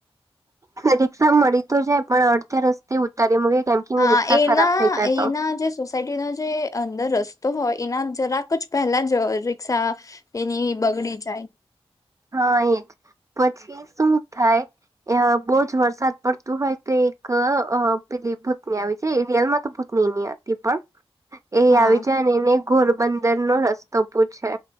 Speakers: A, on the right; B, on the left.
A: રીક્ષા મળી તો જાય પણ અડધે રસ્તે ઉતારી મૂકે કેમ કે એની
B: હા
A: રિક્ષા
B: એના
A: ખરાબ થઈ જાય
B: એના
A: તો
B: જે સોસાયટીનો જે અંદર રસ્તો હોય એના જરાક જ પહેલા જ રિક્ષા એની બગડી જાય.
A: હા એ જ પછી શું થાય અ બહુ જ વરસાદ. પડતું હોય તો એક અ પેલી ભૂતની આવી જાય છ એ રિયલમાં તો ભૂતની નઈ આવતી પણ એ
B: હા
A: આવી જાય અને એને ઘોરબંદરનો રસ્તો પૂછે.